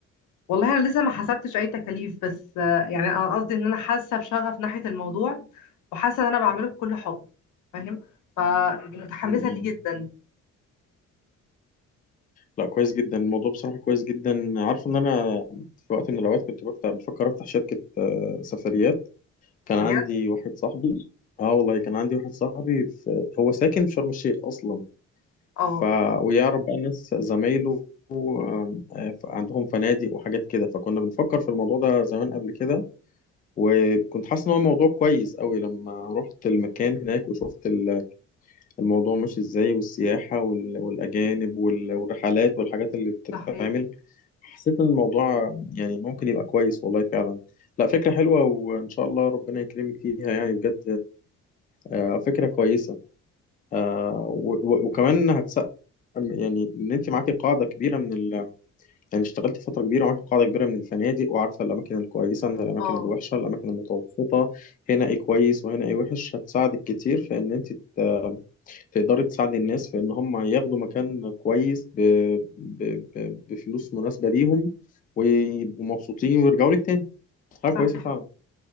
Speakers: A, on the left (about 80°); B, on the left (about 30°).
A: والله انا لسه ما حسبتش اي تكاليف بس آه، يعني انا قصدي ان انا حاسه بشغف ناحيه الموضوع وحاسه ان انا بعمله بكل حب فاهم فمتحمسه
B: م-م.
A: ليه جدا
B: لا كويس جدا الموضوع بصراحه كويس جدا عارفه ان انا في وقت من الاوقات كنت بفتح بفكر افتح شركه آه، سفريات كان
A: بجد
B: عندي واحد صاحبي اه والله كان عندي واحد صاحبي في... هو ساكن في شرم الشيخ اصلا
A: اه
B: ف ويعرف بقى ناس زمايله آم، آه، ف- عندهم فنادق وحاجات كده فكنا بنفكر في الموضوع ده زمان قبل كده وكنت حاسس ان هو موضوع كويس قوي لما رحت المكان هناك وشفت ال- الموضوع ماشي ازاي والسياحة وال- والاجانب وال- والرحلات والحاجات اللي بتتعمل
A: صحيح
B: حسيت ان الموضوع يعني ممكن يبقى كويس والله فعلا لا فكرة حلوة وإن شاء الله ربنا يكرمك فيها يعني بجد آه، فكرة كويسة آه، و- و- وكمان هتسقم يعني إن أنت معاكي قاعدة كبيرة من ال يعني اشتغلت فترة كبيرة وعارف قاعدة كبيرة من الفنادق وعارفة الأماكن الكويسة من الأماكن
A: اه
B: الوحشة الأماكن المتوسطة هنا إيه كويس وهنا إيه وحش هتساعدك كتير في إن أنت ت- تقدري تساعدي الناس في إن هم ياخدوا مكان كويس ب... ب... ب... بفلوس مناسبة ليهم ويبقوا مبسوطين ويرجعوا لك تاني حاجة
A: صحيح
B: كويسة فعلا